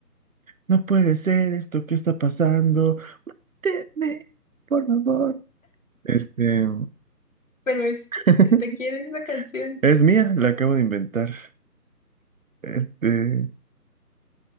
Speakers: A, on the right (about 60°); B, on the left (about 55°).
A: no puede ser esto, ¿qué está pasando? Tenme, por favor. Este,
B: Pero es,
A: <laughs>
B: ¿de quién es esa canción?
A: Es mía, la acabo de inventar. Este,